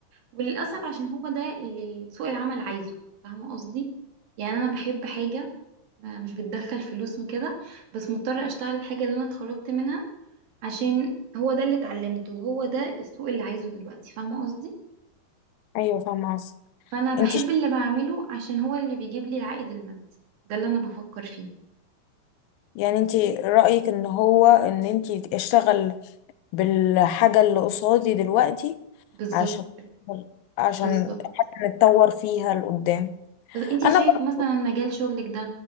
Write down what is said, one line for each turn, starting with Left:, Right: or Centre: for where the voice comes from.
Right: وللأسف عشان هو ده اللي سوق العمل عايزه فاهمة قصدي يعني أنا بحب حاجة ما- مش بتدخل فلوس وكده بس مضطرة أشتغل الحاجة اللي أنا اتخرجت منها عشان هو ده اللي اتعلمته وهو ده السوق اللي عايزه دلوقتي فاهمة قصدي
Left: أيوه فاهمة قصدك.
Right: فأنا بحب
Left: انت
Right: اللي بعمله عشان هو اللي بيجيب لي العائد المادي ده اللي أنا بفكر فيه
Left: يعني انتي رأيك ان هو ان انتي اشتغل بالحاجة اللي قصادي دلوقتي
Right: بالظبط
Left: عشان عشان
Right: بالظبط
Left: حتى نتطور فيها لقدام
Right: بس انت
Left: انا
Right: شايفه
Left: ب-
Right: مثلا مجال شغلك ده